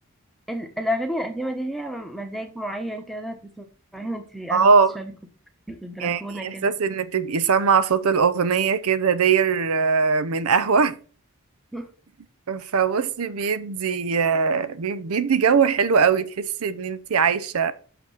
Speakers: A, in the centre; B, on the right.
A: ال- الاغاني القديمه دي ليها مزاج معين كده تسمعيها وانت قاعده
B: اه
A: بتشربي كوب في البلكونه
B: يعني
A: كده
B: إحساس إن تبقي سامعة صوت الأغنية كده داير آه، من قهوة
A: <laughs>
B: <laughs> فبصي بيدي آه، بي- بيدي جو حلو قوي تحسي إن انتي عايشة